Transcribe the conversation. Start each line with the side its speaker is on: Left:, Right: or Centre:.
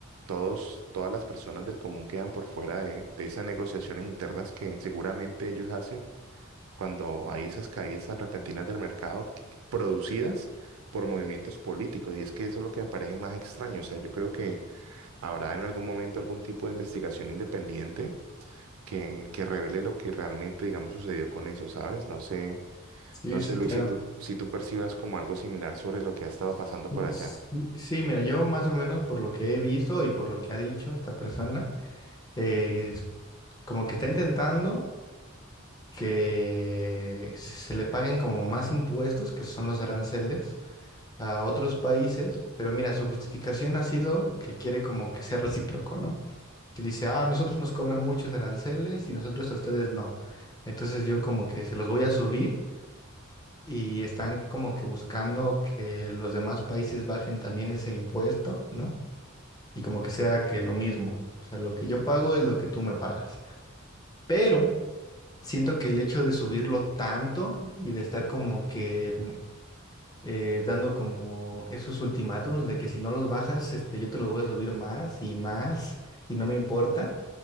Right: todos, todas las personas del común quedan por fuera de, de esas negociaciones internas que seguramente ellos hacen cuando hay esas caídas tan repentinas del mercado que- producidas por movimientos políticos. Y es que eso es lo que me parece más extraño. O sea, yo creo que habrá en algún momento algún tipo de investigación independiente que, que revele lo que realmente, digamos, sucedió con eso, ¿sabes? No sé,
Left: Sí,
Right: no sé,
Left: sí,
Right: Luis,
Left: claro.
Right: si tú, si tú percibas como algo similar sobre lo que ha estado
Left: Sí,
Right: pasando por allá.
Left: sí, sí, mira, yo más o menos por lo que he visto y por lo que ha dicho esta persona, eh, es como que está intentando que se le paguen como más impuestos, que son los aranceles, a otros países, pero mira, su justificación ha sido que quiere como que sea recíproco, ¿no? que dice, ah, nosotros nos cobran muchos aranceles y nosotros a ustedes no. Entonces yo como que se los voy a subir y están como que buscando que los demás países bajen también ese impuesto, ¿no? Y como que sea que lo mismo, o sea, lo que yo pago es lo que tú me pagas. Pero siento que el hecho de subirlo tanto y de estar como que... mm, eh, dando como esos ultimátums de que si no los bajas, este, yo te los voy a subir más y más y no me importa